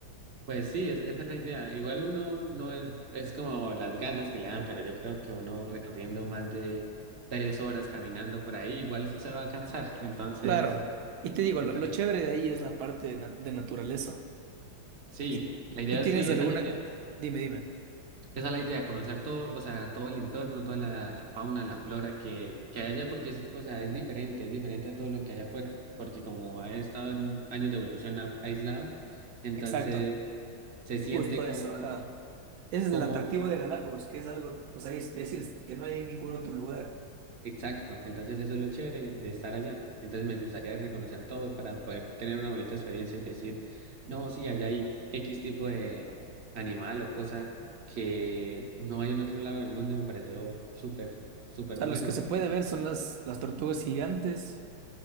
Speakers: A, on the right (about 50°); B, on the right (about 75°).
A: Pues sí, es, esa es la idea. Igual uno no es, es como las ganas que le dan, pero yo creo que uno recorriendo más de tres horas caminando por ahí, igual se va a cansar. Entonces,
B: Claro. Y te digo,
A: entonces,
B: lo, lo chévere de ahí es la parte de, na- de naturaleza.
A: sí,
B: ¿Y
A: la idea
B: tú tienes
A: es sí,
B: alguna...
A: esa es la idea.
B: Dime, dime.
A: Esa es la idea, conocer todo, o sea, todo el entorno, toda la fauna, la flora que, que hay allá, porque es, o sea, es diferente, es diferente a todo lo que hay afuera, porque como ha estado en años de evolución a- aislado, entonces
B: Exacto.
A: se siente
B: Justo
A: como,
B: eso, ajá. Ese es
A: como,
B: el atractivo de Galápagos, que es algo, pues hay especies que no hay en ningún otro lugar.
A: exacto, entonces eso es lo chévere de estar allá, entonces me gustaría reconocer todo para poder tener una bonita experiencia y decir, no, sí, allá hay X tipo de animal o cosa que no hay en otro lado del mundo y me pareció súper súper
B: O sea,
A: bueno
B: los que se puede ver son las, las tortugas gigantes,